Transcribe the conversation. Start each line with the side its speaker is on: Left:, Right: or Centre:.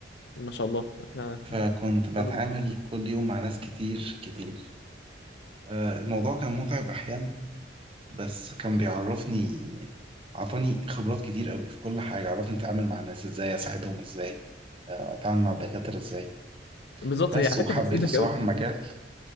Left: ما شاء الله احنا
Right: فكنت بتعامل
Left: كله بتفيد
Right: كل يوم مع ناس كتير كتير آه، الموضوع كان متعب أحيانا بس كان بيعرفني عطاني خبرات كتير قوي في كل حاجة عرفني أتعامل مع الناس إزاي أساعدهم إزاي آه، أتعامل مع الدكاترة إزاي
Left: بالظبط
Right: بس
Left: هي على فكرة
Right: وحبيت
Left: بتفيدك
Right: الصراحة
Left: قوي
Right: المجال